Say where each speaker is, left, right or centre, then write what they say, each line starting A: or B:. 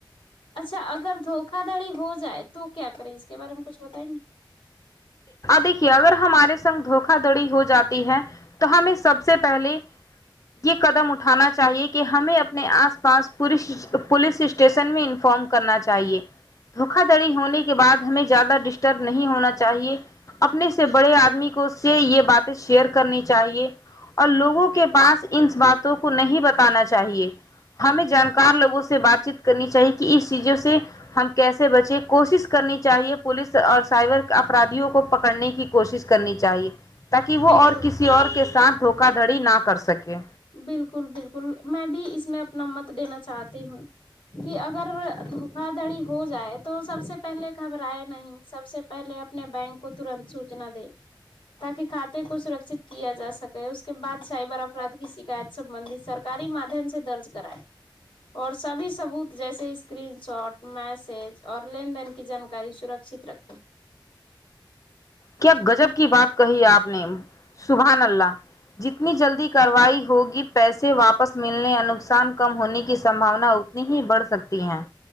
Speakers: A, on the left; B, on the left.
A: اچھا اگر دھوکا دھڑی ہو جائے تو کیا کریں اس کے بارے میں کچھ بتائیں گے
B: دیکھیے اگر ہمارے سنگ دھوکا دھڑی ہو جاتی ہے تو ہمیں سب سے پہلے یہ قدم اٹھانا چاہیے کہ ہمیں اپنے آس پاس پولیس پولیس اسٹیشن میں انفارم کرنا چاہیے دھوکا دڑی ہونے کے بعد ہمیں زیادہ ڈسٹرب نہیں ہونا چاہیے اپنے سے بڑے آدمی کو سے یہ باتیں شیئر کرنی چاہیے اور لوگوں کے پاس ان باتوں کو نہیں بتانا چاہیے ہمیں جانکار لوگوں سے بات چیت کرنی چاہیے کہ اس چیزوں سے ہم کیسے بچے کوشش کرنی چاہیے پولیس اور سائبر اپرادھیوں کو پکڑنے کی کوشش کرنی چاہیے تاکہ
A: بالکل
B: وہ اور کسی اور کے ساتھ دھوکا دھڑی نہ کر سکے
A: بالکل بالکل میں بھی اس میں اپنا مت دینا چاہتی ہوں کہ اگر دھوکا دھڑی ہو جائے تو سب سے پہلے گھبرائے نہیں سب سے پہلے اپنے بینک کو ترنت سوچنا دے تاکہ کھاتے کو سرکشت کیا جا سکے اس کے بعد سائبر اپراد کی شکایت سبندی سرکاری مادھیم سے درج کرائے اور سبھی سبوت جیسے اسکرین شاٹ میسج اور لین دین کی جانکاری سرکچت رکھیں
B: کیا گجب کی بات کہی ہے آپ نے سبحان اللہ جتنی جلدی کارروائی ہوگی پیسے واپس ملنے یا نقصان کم ہونے کی سباونا ات نی ہی بڑھ سکتی ہیں